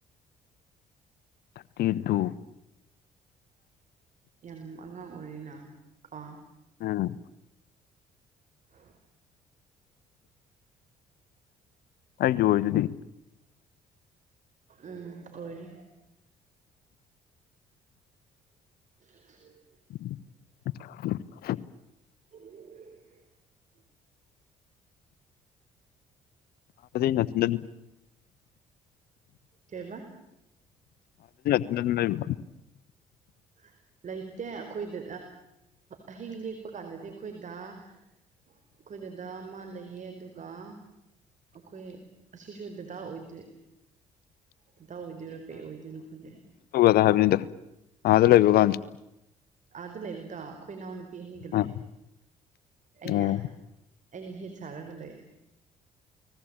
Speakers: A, on the left; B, on the right.
A: ꯊꯥꯔꯇꯤ ꯇꯨ
B: ꯌꯥꯝ ꯑꯉꯥꯡ ꯑꯣꯏꯔꯤꯅ ꯀꯣ
A: ꯎꯝ
B: ꯑ
A: ꯑꯩꯁꯨꯑꯣ ꯑꯗꯨꯗꯤ
B: ꯎꯝ ꯑꯣꯏꯔꯤ <unintelligible>
A: <unintelligible>
B: ꯑꯣ
A: ꯀ ꯅ ꯂꯩ
B: ꯀꯦꯕ
A: ꯑꯦ
B: <unintelligible> ꯂꯩꯇꯦ ꯑꯩꯈꯣꯏꯗ ꯑꯍꯤꯡ ꯂꯦꯛꯄ ꯀꯥꯟꯗꯗꯤ ꯑꯩꯈꯣꯏꯗ ꯑꯩꯈꯣꯏꯗꯨꯗ ꯑꯃ ꯂꯩꯌꯦ ꯑꯗꯨꯒ ꯑꯩꯈꯣꯏ ꯑꯁꯤꯁꯨ ꯗꯗꯥ ꯑꯣꯏꯗꯣꯏ ꯄꯇꯥ ꯑꯣꯏꯗꯣꯏꯔꯣ ꯀꯩ ꯑꯣꯏꯗꯣꯏꯅꯣ ꯈꯗꯦ
A: ꯍꯥꯏꯕꯅꯤꯗꯣ ꯑꯥꯗ ꯂꯩꯕꯨꯀꯥꯟꯗ
B: ꯑꯥꯗ ꯂꯩꯕꯗꯣ ꯑꯩꯈꯣꯏ ꯏꯅꯥꯎ ꯅꯨꯄꯥ ꯅꯨꯄꯤ ꯑꯅꯤꯒ ꯂꯩ
A: ꯑꯥ
B: ꯑꯩꯅ
A: ꯑꯣ
B: ꯑꯩꯅ ꯍꯦꯠ ꯁꯥꯔꯒ ꯂꯩ